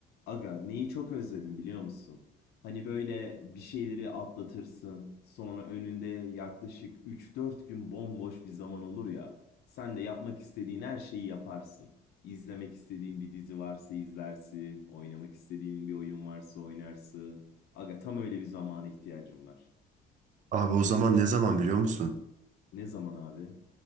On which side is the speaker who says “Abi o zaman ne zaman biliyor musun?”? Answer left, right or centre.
Right